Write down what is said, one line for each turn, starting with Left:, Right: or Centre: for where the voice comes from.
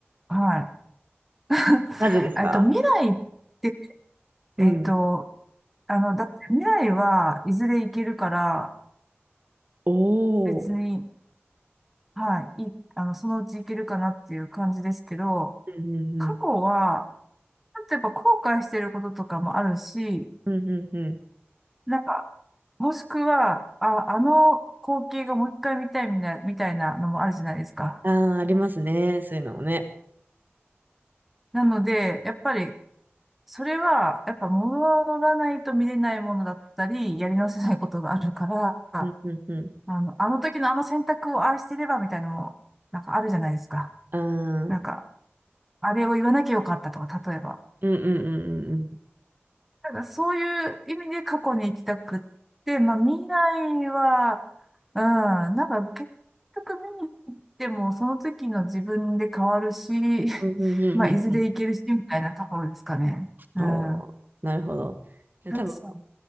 Centre: はい。<laughs>
Right: なぜですか
Centre: えっと、未来って、
Right: うん。
Centre: えっと、あの、だって未来はいずれ行けるから、
Right: お
Centre: 別に、
Right: お。
Centre: はい、いい、あの、そのうち行けるかなっていう感じですけど、
Right: うんうんうん。
Centre: 過去は、っとやっぱ後悔してることとかもあるし、
Right: うんうんうん。
Centre: なんか、もしくは、あ、あの光景がもう一回見たいみたいな、みたいなのもあるじゃないですか。
Right: ああ、ありますね。そういうのもね。
Centre: なので、やっぱり、それは、やっぱ戻らないと見れないものだったり、やり直せないことがあるから、
Right: うんうんうん。
Centre: あの、あの時のあの選択を愛してればみたいなのも、なんかあるじゃないですか。
Right: ああ、うん
Centre: なんか、あれを言わなきゃよかったとか、例えば。
Right: うんうんうんうん。
Centre: なんかそういう意味で過去に行きたくって、まあ未来は、うん、なんか結局見に行ってもその時の自分で変わるし、<laughs>
Right: うんうんうんうんうん。
Centre: まあいずれ行けるしみたいなところですかね。うん。
Right: おー、なるほど。
Centre: タさん、
Right: 多分、